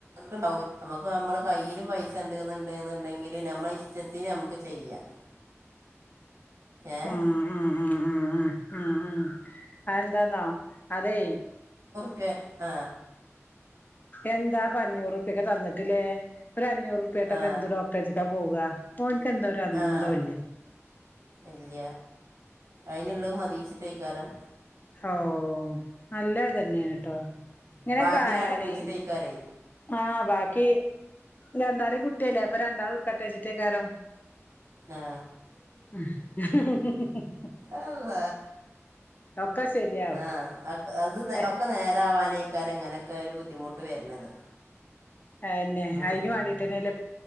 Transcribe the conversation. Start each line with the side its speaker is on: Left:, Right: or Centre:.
Right: കണ്ടാവൂ നമ്മക്ക് നമ്മെ കയ്യിൽ പൈസ ഉണ്ടണ്ടണ്ടെങ്കില് നമ്മ ചെത്തിന നമുക്ക് ചെയ്യാം
Left: ആഹ ആഹ
Right: ഏഹ്
Left: ആഹ ആഹ് ആഹ ആ ആ അ എന്താന്നോ അതെ
Right: പെ ആ
Left: എന്താ പഞ്ഞൂറ്റപ്യൊക്കെ തന്നിട്ടില്ലേ ഒരു അഞ്ഞൂറ്റൂപ്യായിട്ടൊക്കെ
Right: ആ
Left: എന്ത് ഡോക്ടറേജക്കെ പോവുക ഓനക്ക് എന്താ ഒരു അന്തവും
Right: ആ
Left: ഇല്ലേ
Right: ഇല്ല അയിന്ുള്ളത് മതിച്ചിട്ടയിക്കാരം
Left: ഓ നല്ലതന്നെയാണ് കേട്ടോ ഇങ്ങനെയക്കെ
Right: ബാക്കി
Left: ആായാലേ
Right: ഞാൻ കൂച്ചിട്ടേക്കാരേ
Left: ആഹ ബാക്കി രണ്ടാളും കുട്ടിയല്ലേ അപ്പൊ രണ്ടാൾ ഉൾക്കാട്ട വെച്ചിട്ടേക്കാരോ
Right: ആ
Left: ഉ ഉ
Right: അല്ല
Left: ഒക്കെ ശരിയാവും
Right: ആ അത്
Left: എ
Right: ഒക്കെ നേരവാനേ എങ്ങനെ ബുദ്ധിമുട്ട് വരുന്നത്
Left: ആ്ന്നെ
Right: ഉം.
Left: അതിന് വേണ്ടിട്ട്ന്നെ